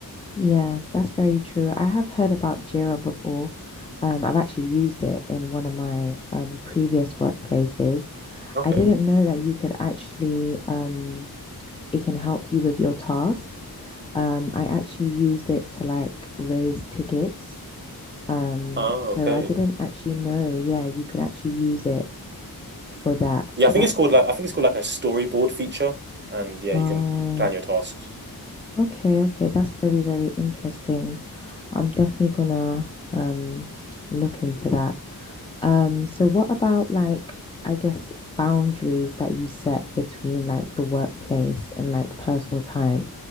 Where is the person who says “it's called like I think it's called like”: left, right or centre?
Right